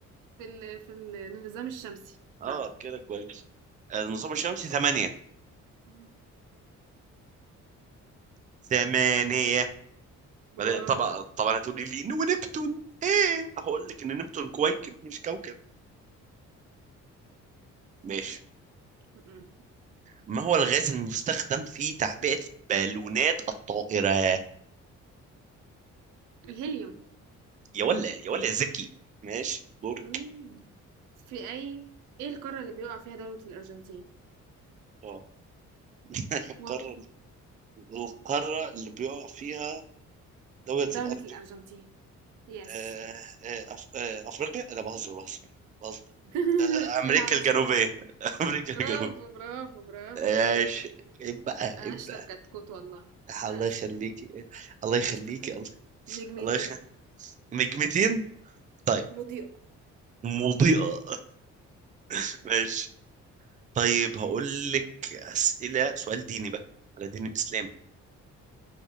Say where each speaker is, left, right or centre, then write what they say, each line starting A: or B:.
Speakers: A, on the right; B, on the right.
A: في ال... في النظام الشمسي
B: اه
A: بتاعنا
B: كده كويس آه، النظام الشمسي ثمانية
A: مم.
B: ثمانية
A: برافو
B: بعدين طبعا طبعا هتقولي لي إن ونبتون ايه هقول لك ان نبتون كويكب مش كوكب ماشي
A: مم.
B: ما هو الغاز المستخدم في تعبئة بالونات الطائرة
A: الهيليوم
B: يا ولا يا ولا ذكي ماشي دورك
A: مم. في اي ايه القارة اللي بيقع فيها دولة الأرجنتين
B: اه <laughs> القارة
A: واه!
B: القارة اللي بيقع فيها دولة
A: دولة
B: الأرض
A: الأرجنتين يس
B: آه آه أف... آه أفريقيا لا بهزر بهزر بهزر
A: <laughs>
B: آه، امريكا
A: إيه العبث
B: الجنوبيه
A: ده <laughs>
B: <laughs> امريكا الجنوبيه
A: برافو برافو برافو
B: ماشي
A: برافو
B: عيب بقى عيب
A: أشطر
B: بقى
A: كتكوت والله والله
B: الله
A: أشطر
B: يخليكي
A: كتكوت
B: الله يخليكي
A: أشطر كتكوت
B: الله
A: نجمتين
B: الله يخ... نجمتين طيب
A: مضيئة
B: مضيئة <laughs> ماشي طيب هقول لك أسئلة سؤال ديني بقى على دين الإسلام